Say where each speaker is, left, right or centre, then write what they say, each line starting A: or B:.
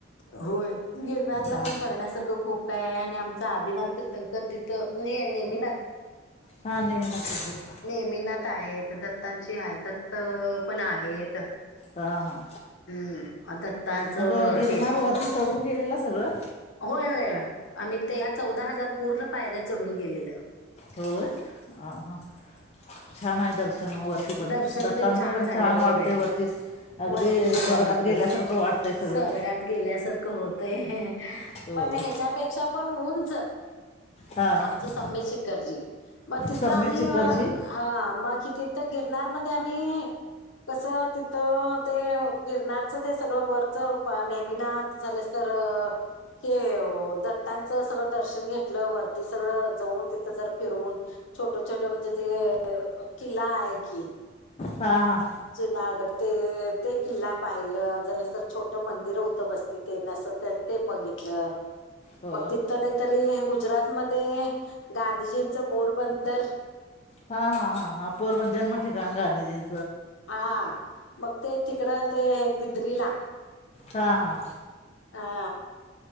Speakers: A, on the left; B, on the left.
A: होय. गिरनारला
B: हां
A: पण बघण्यासारखं खूप काय आहे आणि आमच आदिनाथ तीर्थंनकर तिथं न नेहमीनात
B: हां नेहमी नक्की.
A: नेमीनात आहेत दत्तांची आहे दत्त पण आहेत
B: हा हा
A: हम्म दत्तांचं
B: मग गिरनार
A: हे
B: वरती चढून गेलेलं सगळं
A: होय होय आम्ही ते या चौदा हजार पूर्ण पायऱ्या चढून गेलेल्या
B: होय अ हा छान आहेर् वरती पण
A: दर्शन
B: दत्तांचं
A: तेन
B: पण
A: झालं
B: छान
A: होय.
B: वाटतंय वरती अगदी
A: वरती गेल्यानंतर
B: स्वर्गात गेल्यासारखं वाटतंय सगळं
A: स्र्गात गेल्यासारखं होत ते
B: होय
A: पण ह्याच्यापेक्षा पण उऊंच आमचं
B: हां
A: सम्य शेखरजी मग तिथं
B: सम्यक
A: आम्ही
B: शिखरजी
A: हा मगि तिथं गिरनारमध्ये आम्ही कस तिथं ते गिरनारचं ते सगळं वरच नेहमीिना झालं अस तर हे दत्तांचं सगळं दर्शन घेतलं वरती सगळं जाऊन तिथं जर फिरून छोट छोट म्हणजे ते किल्ला आहे की
B: हा हा
A: जुनागड ते ते किल्ला पाहिलं जला सर छोट मंदिर होतं बसती ते न ते बघितलं
B: होय
A: मग तिथ तरी गुजरातमध्येध्ये गांधीजींचं बोरबंदर
B: हा हा हा हा पोरबन जन्म ठिकाण गाध जीं
A: हा मग ते तिकडं ते पिद्रीला
B: हा हा
A: हा